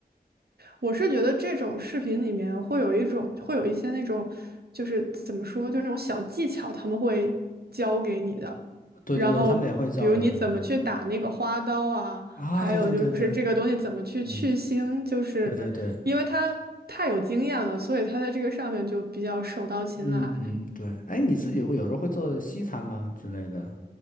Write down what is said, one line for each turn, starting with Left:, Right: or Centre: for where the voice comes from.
Right: 我是觉得这种视频里面会有一种，会有一些那种，就是怎么说，就是那种小技巧，他们会教给你的。
Left: 对对对，
Right: 然后，
Left: 他们也会教的。
Right: 比如你怎么去打那个花刀啊，
Left: 对对对。啊，
Right: 还有就是这个东西怎么去去腥，
Left: 对对对对，嗯，
Right: 就是
Left: 对对对，
Right: 因为他太有经验了，所以他在这个上面就比较手到擒来。
Left: 嗯嗯对。哎，你自己会有时候会做西餐吗之类的？